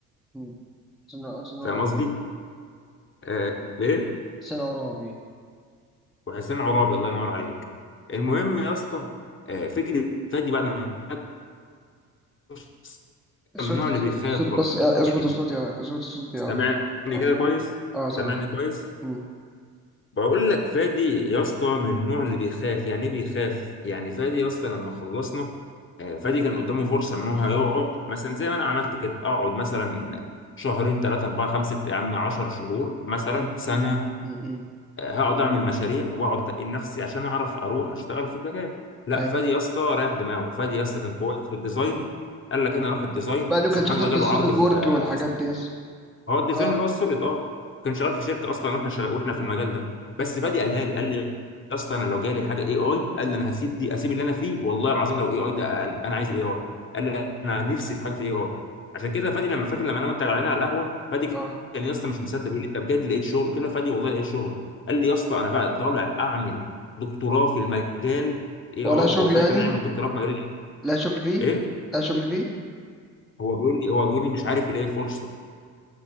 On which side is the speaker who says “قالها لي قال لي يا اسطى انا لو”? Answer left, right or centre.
Left